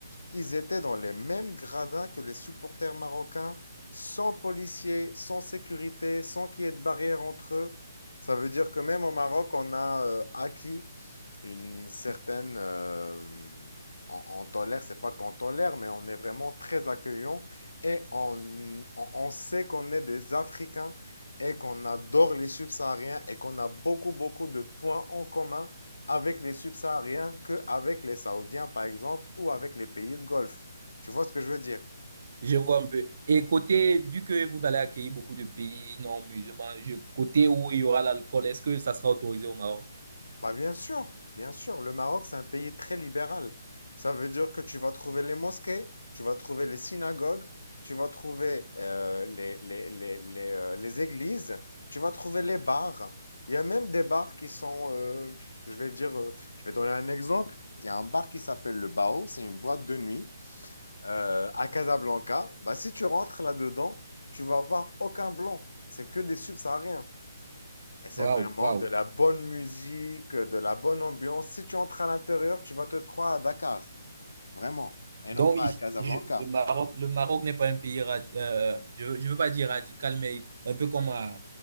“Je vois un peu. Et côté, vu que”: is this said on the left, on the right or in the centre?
Right